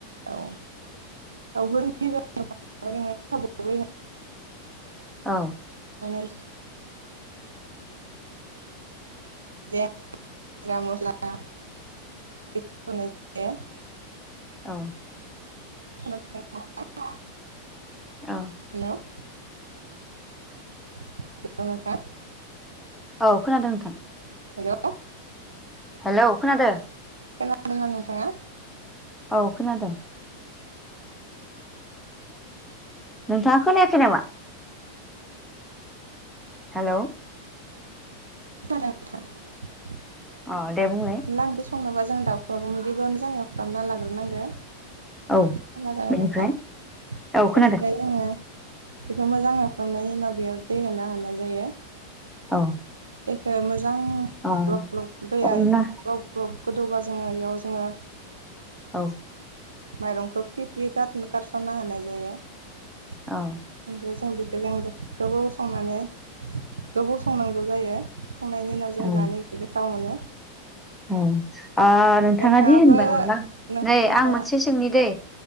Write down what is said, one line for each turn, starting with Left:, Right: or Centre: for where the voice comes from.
Right: औ दाउफोरनि
Centre: औ
Right: <unintelligible> <unintelligible> जे जिरा मस्ला बो होनाय जायो
Centre: औ
Right: <unintelligible>
Centre: औ
Right: हेल' हेल' नोंथां
Centre: औ खोनादों नोंथां
Right: हेल'
Centre: हेल' खोनादो
Right: खोनादोंना नोंथाङा?
Centre: औ खोनादों नोंथाङा खोनायाखै नामा? हेल'
Right: <unintelligible>
Centre: अ दे बुंलाय
Right: अनला ओंख्रि संनोबा जों दाउखौ मगैयावनोजों एवख्राबना लाग्रोनांगो।
Centre: औ
Right: खोनादोंना
Centre: बेनिफ्राय
Right: नोंथां
Centre: औ खोनादों
Right: बेनिफ्राय जोङो बेखौ मोजां एवफ्रामनायनि उनाव बेयाव दै होना होनाय जायो।
Centre: औ
Right: दैखो मोज जां
Centre: औ
Right: ग्लब ग्लब दैयाय
Centre: अनला
Right: ग्लब गोदौबा जोङो इयाव जोङो
Centre: औ।
Right: माइरंखौ फ्रि फ्रि गार गारस'ना होनाय जायो। बेनिफ्राय
Centre: औ
Right: जों बे जों गोबाव संनानै गोबाव संनांगौ जायो संनायनि उनाव जों
Centre: औ
Right: जानो बेखौ गोथाव मोनो।
Centre: औ। ओ नोंथाङादि
Right: नोंथाङाबो
Centre: होनदों अनला
Right: नोंथाङा
Centre: नै आं मोनसे सोंनि दैे